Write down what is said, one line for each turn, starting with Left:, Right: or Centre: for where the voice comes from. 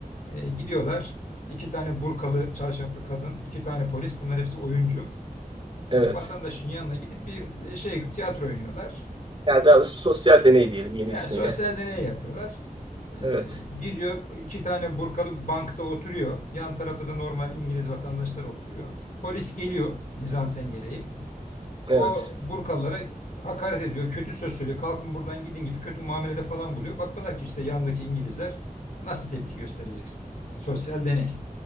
Left: E, gidiyorlar. iki tane burkalı, çarşaflı kadın, iki tane polis. Bunlar hepsi oyuncu.
Right: evet.
Left: E, vatandaşın yanına gidip bir e, şey tiyatro oynuyorlar.
Right: Yani daha doğrusu sosyal deney diyelim yeni
Left: Ya,
Right: ismiyle.
Left: sosyal deney yapıyorlar. Ee,
Right: Evet,
Left: giriyor iki tane burkalı bankta oturuyor. Yan tarafta da normal İngiliz vatandaşlar oturuyor. Polis geliyor mizansen gereği.
Right: evet,
Left: O burkalılara hakaret ediyor. Kötü söz söylüyor. Kalkın buradan gidin gibi kötü muamelede falan buluyor. Bakıyorlar ki işte yandaki İngilizler nasıl tepki gösterecek? Sosyal deney.